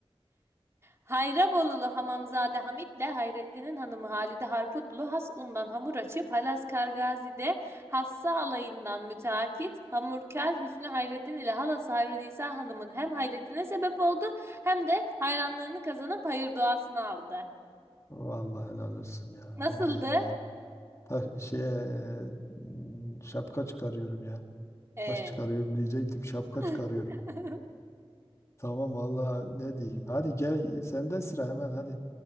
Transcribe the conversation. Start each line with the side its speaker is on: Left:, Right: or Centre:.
Right: Hayrabolulu Hamamzade Hamit'le Hayrettin'in hanımı Halide Harputlu has undan hamur açıp Halas Kargazi'de hassa alayından müteakit hamurkar Hüsnü Hayrettin ile halası Hayri Nisa Hanım'ın hem hayretine sebep oldu hem de hayranlığını kazanıp hayır duasını aldı.
Left: Vallahi helal olsun ya.
Right: Nasıldı?
Left: Ne diyeyim yani. Ta şeye e, m, şapka çıkarıyorum ya.
Right: Ee,
Left: Taş çıkarıyorum diyecektim. Şapka
Right: <laughs>
Left: çıkarıyorum. Tamam vallahi ne diyeyim. Hadi gel sende sıra hemen hadi.